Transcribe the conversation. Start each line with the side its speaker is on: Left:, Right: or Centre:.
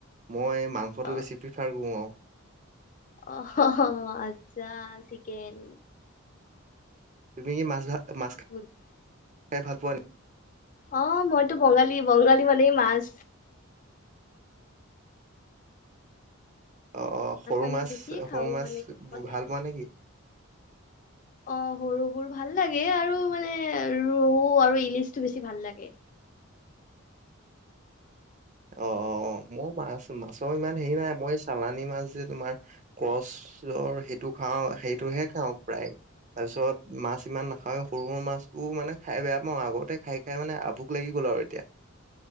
Right: মই মাংসটো
Left: অ'
Right: বেছি প্ৰিফাৰ কৰো আৰু।
Left: অ', আচ্ছা চিকেন।
Right: তুমি কি মাছ-মাছ
Left: <unintelligible>
Right: খাই ভাল পোৱা
Left: অ', মইতো বঙালী, বঙালী মানেই মাছ।
Right: অ', অ', সৰু
Left: আমি
Right: মাছ,
Left: বেছিয়ে খাওঁ
Right: সৰু মাছ
Left: মানে সদায়
Right: ভাল পোৱা নেকি?
Left: অ', সৰুবোৰ ভাল লাগে আৰু মানে ৰৌ আৰু ইলিচটো বেছি ভাল লাগে।
Right: অ', অ', মই মাছ-মাছৰ ইমান হেৰি নাই মই চালানী মাছ যে তোমাৰ কছৰ সেইটো খাওঁ, সেইটোহে খাওঁ প্ৰায়। তাৰ পিছত মাছ ইমান নাখাওঁ, সৰু-সৰু মাছো মানে খাই বেয়া পাওঁ, আগতে খাই খাই মানে আভুক লাগি গ'ল আৰু এতিয়া।